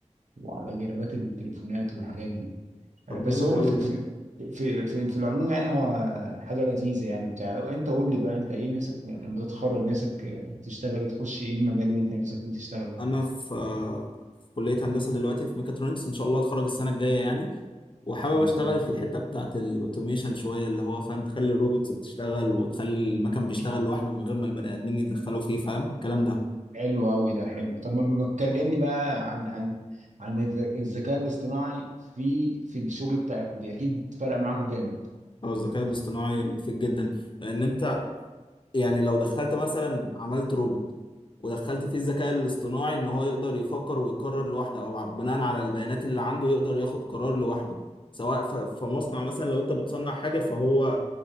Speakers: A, on the right; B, on the left.
A: وعلى جرابات التليفونات والحاجات دي
B: طب
A: آه، بس
B: جامد
A: هو
B: قوي
A: في
B: ده
A: في في في, في العموم يعني هو حاجه لذيذه يعني وبتاع انت قول لي بقى انت ايه نفسك لما تتخرج نفسك آه، تشتغل إيه؟ تخش ايه المجال اللي انت نفسك فيه تشتغل يعني
B: انا في في كليه هندسه دلوقتي في ميكاترونكس ان شاء الله اتخرج السنه الجايه يعني وحابب
A: اللي
B: اشتغل
A: يا
B: في الحته
A: رب
B: بتاعه الاوتوميشن شويه اللي هو فاهم تخلي الروبوتس بتشتغل وتخلي المكن بيشتغل
A: تشتغله.
B: لوحده من غير ما البني ادمين يتدخلوا فيه فاهم الكلام ده
A: حلو قوي ده حلو طب ما ما بتكلمني بقى عن عن عن الذ- الذكاء الاصطناعي في في الشغل بتاعكم دي اكيد فرق معاكم جامد
B: هو الذكاء الاصطناعي مفيد جدا لان انت يعني لو دخلت مثلا عملت روبوت ودخلت فيه الذكاء الاصطناعي ان هو يقدر يفكر ويقرر لوحده او بناء على البيانات اللي عنده يقدر ياخد قرار لوحده سواء ف- في مصنع مثلا لو انت بتصنع حاجه فهو